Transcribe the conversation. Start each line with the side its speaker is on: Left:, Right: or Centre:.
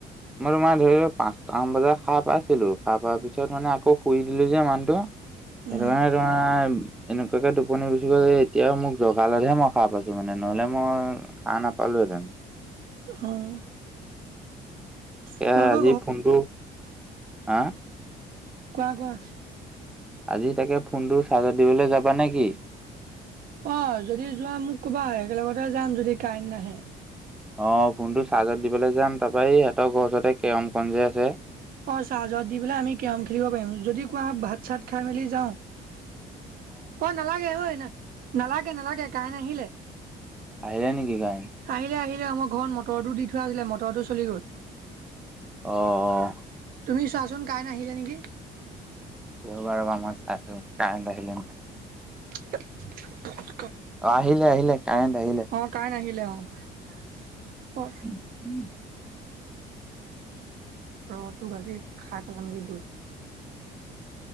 Centre: মই তোমাৰ ধৰি পাঁচটামান বজাত সাৰ পাইছিলো, সাৰ পোৱাৰ পিছত মানে আকৌ শুই দিলো যে মানুহটো। সেইটো
Right: উম
Centre: কাৰণে তোমাৰ এনেকুৱাকে টোপনি গুচি গ'ল যে এতিয়াও মোক জগালতহে মই সাৰ পাইছো মানে, নহ'লে মই সাৰ নাপালো <unintelligible>
Right: অ'। <unintelligible> কোৱা
Centre: এ আজি ফোনটো হা
Right: কোৱা।
Centre: আজি তাকে ফোনটো চাৰ্জাৰ দিবলৈ যাবা নেকি?
Right: অ', যদি যোৱা মোক কবা একেলগতে যাম যদি কাইম নাহে।
Centre: অ', ফোনটো চাৰ্জত দিবলৈ যাম, তাৰৰা ই সিহঁতৰ ঘৰ ওচৰতে কেৰমখন যে আছে
Right: অ', চাহজত দি পেলাই আমি কেৰম খেলিব পাৰিম। যদি কোৱা হয় ভাত চাত খাই মেলি যাওঁ। অ নালাগে ঐ, ন নালাগে নালাগে কৰেন আহিলে।
Centre: আহিলে নেকি কৰেন।
Right: আহিলে আহিলে আমাৰ ঘৰত মটৰটো দি থোৱা আছিলে, মটৰটো চলি গ'ল।
Centre: অ অ
Right: তুমি চোৱাচোন কাই নাহিলে নেকি?
Centre: ৰবা-ৰবা মই চাইছো, কাৰেণ্ট আহিলে নে নাই।
Right: <unintelligible>
Centre: অ আহিলে আহিলে। কাৰেণ্ট আহিলে
Right: অ কাৰেণ্ট নাহিলে অ।
Centre: <unintelligible>
Right: অ ৰ'হ তোক আজি খাই পেলামগৈ গৈ।